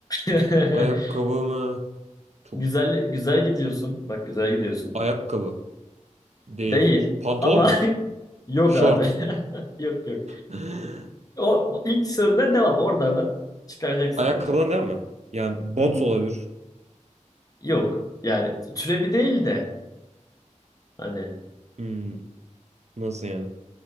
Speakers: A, on the left; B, on the right.
A: <laughs>
B: ayakkabı mı? Çok
A: Güzel güzel gidiyorsun. Bak güzel gidiyorsun.
B: ayakkabı değil.
A: Değil
B: Pantolon
A: ama
B: mu?
A: <laughs> yok
B: Şort.
A: abi. <laughs> Yok yok.
B: <gasps> <laughs>
A: O ilk sorudan devam. Oralardan çıkaracaksın
B: Ayakkabıdan
A: bence.
B: değil mi? Yani bot
A: Hı?
B: olabilir.
A: Yok. Yani türevi değil de hani
B: Hmm, nasıl yani?